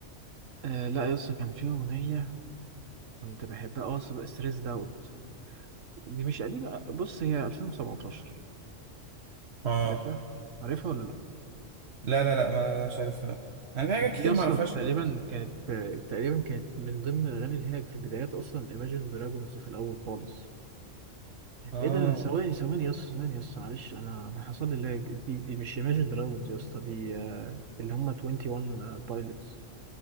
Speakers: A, on the right; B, on the right.
A: آه لا يس كان في أغنية كنت بحبها أه ستريس داوت دي مش قديمة بص هي 2017
B: اه
A: عارفها عارفها ولا لأ
B: لا لا لا ما مش عارفها لا انا في
A: دي
B: حاجات كتير
A: اصلا
B: ما اعرفهاش
A: تقريبا كانت تقريبا كانت من ضمن الاغاني اللي هي في بدايات اصلا Imagine Dragons في الاول خالص ايه
B: اه
A: ده ثواني ثواني يا اسطى ثواني يا اسطى معلش انا انا حصل لي لاج دي دي مش Imagine Dragons يا اسطى دي آه، اللي هم 21 بايلوتس